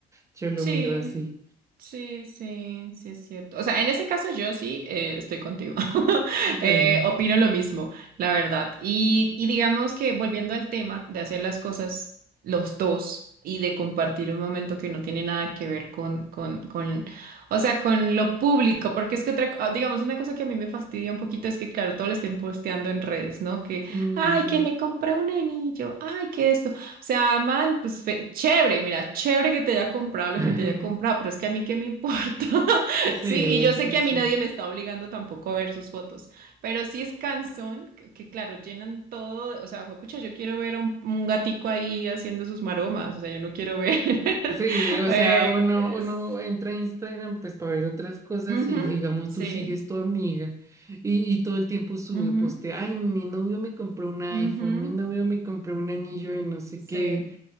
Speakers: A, on the right; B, on the right.
A: Yo lo
B: Sí,
A: miro así.
B: sí, sí, sí es cierto. O sea, en ese caso yo sí eh, estoy contigo. <laughs>
A: Bueno.
B: Eh, opino lo mismo, la verdad. Y, y digamos que volviendo al tema de hacer las cosas los dos y de compartir un momento que no tiene nada que ver con, con, con, o sea, con lo público, porque es que otra, co- ah, digamos, una cosa que a mí me fastidia un poquito es que, claro, todo lo estén posteando en redes, ¿no? Que,
A: ujú.
B: ay, que me compré un anillo, ay, que esto. O sea, man, pues fe- chévere, mira, chévere que te haya comprado lo
A: <laughs>
B: que te haya comprado, pero es que a mí qué me importa. <laughs>
A: Sí,
B: Sí,
A: eso
B: y yo sé que
A: es
B: a mí
A: cierto.
B: nadie me está obligando tampoco a ver sus fotos, pero sí es cansón, que, que claro, llenan todo, de- o sea, pucha, yo quiero ver un, un gatico ahí haciendo sus maromas, o sea, yo no quiero ver. <laughs>
A: Sí, o
B: eh,
A: sea, uno,
B: pues,
A: uno entra a Instagram pues para ver otras cosas
B: ujú,
A: y digamos
B: sí,
A: tú sigues tu amiga y, y todo el tiempo sube,
B: ujú,
A: poste, ay, mi novio me compró un iPhone,
B: ujú,
A: mi novio me compró un anillo de no sé
B: sí.
A: qué.